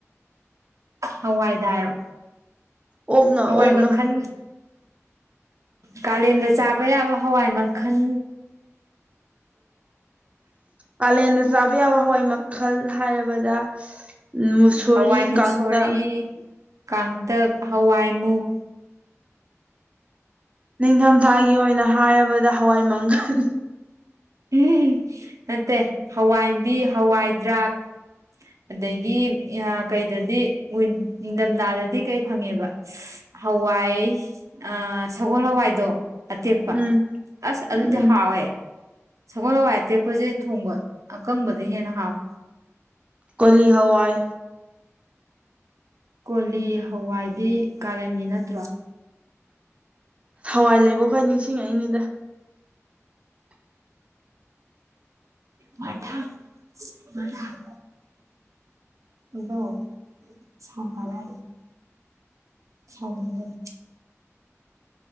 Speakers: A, on the right; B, on the right.
A: ꯍ꯭ꯋꯥꯏꯗ ꯍꯥꯏꯔꯣ
B: ꯑꯣꯛꯅ
A: ꯍꯋꯥꯏ
B: ꯑꯣꯛꯅ
A: ꯃꯈꯟ ꯀꯥꯂꯦꯟꯗ ꯆꯥꯕ ꯌꯥꯕ ꯍꯋꯥꯏ ꯃꯈꯟ
B: ꯀꯥꯂꯦꯟꯗ ꯆꯥꯕ ꯌꯥꯕ ꯍꯋꯥꯏ ꯃꯈꯜ ꯍꯥꯏꯔꯕꯗ ꯅꯣꯁꯨꯔꯤ
A: ꯍꯋꯥꯏ ꯃꯨꯛꯁꯣꯔꯤ
B: ꯀꯥꯡꯇ
A: ꯀꯥꯡꯇꯛ ꯍꯋꯥꯏꯃꯨꯛ
B: ꯅꯤꯡꯊꯝꯊꯥꯒꯤ ꯑꯣꯏꯅ ꯍꯥꯏꯔꯕꯗ ꯍꯋꯥꯏ ꯃꯪꯒꯟ
A: ꯎꯝ ꯅꯠꯇꯦ ꯍꯋꯥꯏꯕꯤ ꯍꯋꯥꯏꯗꯔꯥꯛ ꯑꯗꯩꯩꯒꯤ ꯀꯩꯗꯗꯤ ꯅꯤꯡꯊꯝꯊꯥꯗꯗꯤ ꯀꯩ ꯐꯪꯉꯦꯕ ꯍꯋꯥꯏ ꯑ ꯁꯒꯣꯜ ꯍꯋꯥꯏꯗꯣ ꯑꯇꯦꯛꯄ
B: ꯎꯝ
A: ꯑꯁ ꯑꯗꯨꯗꯤ
B: ꯎꯝ
A: ꯍꯥꯎꯋꯦ ꯁꯒꯣꯜ ꯍꯋꯥꯏ ꯑꯇꯦꯛꯄꯁꯦ ꯊꯣꯡꯕ ꯑꯀꯪꯕꯗ ꯍꯦꯟꯅ ꯍꯥꯎꯋꯦ
B: ꯀꯣꯂꯤ ꯍꯋꯥꯏ
A: ꯀꯣꯂꯤ ꯍꯋꯥꯏꯗꯤ ꯀꯥꯂꯦꯟꯒꯤ ꯅꯠꯇ꯭ꯔꯣ
B: ꯍꯋꯥꯏ ꯂꯩꯕ ꯈ꯭ꯣꯏ ꯅꯤꯡꯁꯤꯡꯉꯛꯏꯅꯤꯗ <inaudible>
A: ꯃꯊꯛꯃꯔꯥꯪ ꯑꯗꯨ ꯁꯝꯕꯅꯦ ꯑꯗꯨ ꯁꯧꯅꯤꯡꯉꯦ꯫